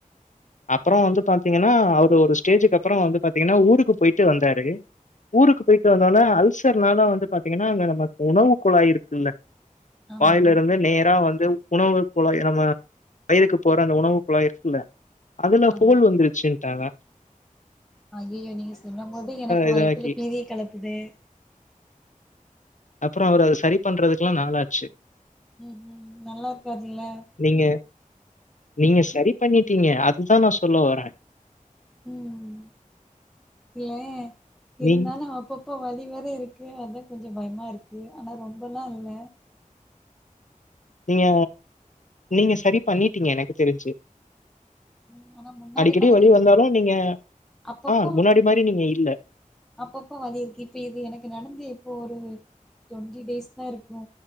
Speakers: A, on the left; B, in the centre.
A: அப்றோவந்து பாத்தீங்கன்னா அவரு ஒரு ஸ்டேஜுக்கு அப்றோ வந்து பாத்தீங்கன்னா ஊருக்கு போயிட்டு வந்தாரு ஊருக்கு போயிட்டு வந்தோனே அல்சர்னால வந்து பாத்தீங்கன்னா அங்க நமக்கு உணவு குழாய் இருக்குல்ல
B: ஆமா
A: வாயில இருந்து நேரா வந் உணவு குழாய் நம்ம வயிருக்கு போற அந்த உணவு குழாய் இருக்குல்ல அதுல
B: ஆமா
A: ஹோல் வந்துருச்சுட்டாங்க
B: ஐயையோ நீங்க சொல்லு போது எனக்கு
A: இதாக்கி.
B: வயத்துல பீதிய கலப்புதே
A: அப்றோ அவரு அத செரி பண்றதுக்குெல்லா நாளாச்சு
B: உம் உம் நல்லா இருக்காருல்ல
A: நீங்க நீங்க செரி பண்ணிட்டீங்க அதுதா நா சொல்ல வர
B: உம் இல்ல இருந்தாலு
A: நீங்
B: அப்பப்ப வழி வேற இருக்கு க்கு அதா கொஞ்சோ பயமா இருக்கு ஆனா ரொம்பல்லா இல்ல
A: நீங்க நீங்க செரி பண்ணிட்டீங்க எனக்கு தெரிஞ்சு
B: ம் ஆனா முன்னாடி
A: அடிக்கடி
B: மாதிரி
A: வலி
B: இல்ல
A: வந்தாலு நீங்க
B: அப்பப்போ
A: ஆஹ் முன்னாடி மாரி நீங்க இல்ல
B: அப்பப்ப வழி இருக்கு இப்ப இது எனக்கு நடந்து இப்போ ஒரு டுவெண்டி டேஸ் தா இருக்கு